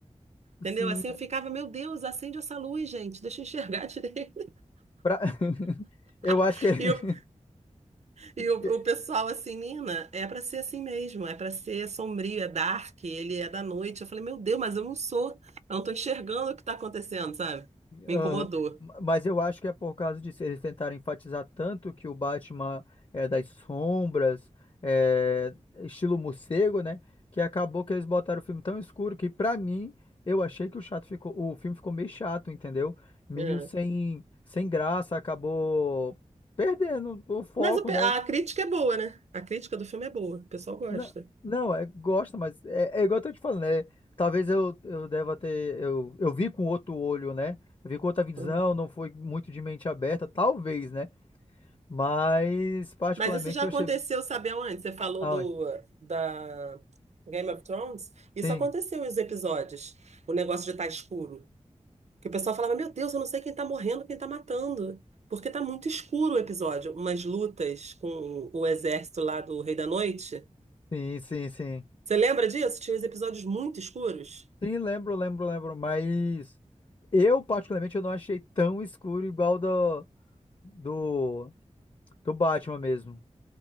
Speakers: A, on the right; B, on the left.
A: Entendeu?
B: Sim,
A: Assim eu ficava, meu Deus, acende essa luz, gente, deixa eu enxergar direito.
B: pra- Eu acho
A: <laughs>
B: que.
A: E eu E
B: <laughs>
A: o, o pessoal assim, Nina, é pra ser assim mesmo, é pra ser sombrio, é dark, ele é da noite. Eu falei, meu Deus, mas eu não sou, eu não tô enxergando o que tá acontecendo, sabe? Me
B: Aham.
A: incomodou.
B: Mas eu acho que é por causa disso. Eles tentaram enfatizar tanto que o Batman é das sombras, é estilo morcego, né? Que acabou que eles botaram o filme tão escuro que, pra mim, eu achei que o chato ficou, o filme ficou meio chato, entendeu? Meio
A: É.
B: sem, sem graça, acabou perdendo o foco,
A: Mas o pe-
B: né?
A: a crítica é boa, né? A crítica do filme é boa, o pessoal gosta.
B: Não, não, é, gosta, mas é, é igual eu tô te falando, né? Talvez eu, eu deva ter. Eu, eu vi com outro olho, né? Eu vi com outra visão,
A: Uhum.
B: não foi muito de mente aberta, talvez, né? Mas, particularmente,
A: Mas isso já
B: eu
A: aconteceu,
B: achei.
A: sabe aonde? Você falou
B: Aonde?
A: do da Game of Thrones? Isso
B: Sim,
A: aconteceu em os episódios, o negócio de estar escuro. Que o pessoal falava, meu Deus, eu não sei quem tá morrendo, quem tá matando. Porque tá muito escuro o episódio. Umas lutas com o exército lá do Rei da Noite.
B: sim, sim, sim.
A: Você lembra disso? Tinha uns episódios muito escuros.
B: Sim, lembro, lembro, lembro. Mas eu, particularmente, eu não achei tão escuro igual do, do, do Batman mesmo.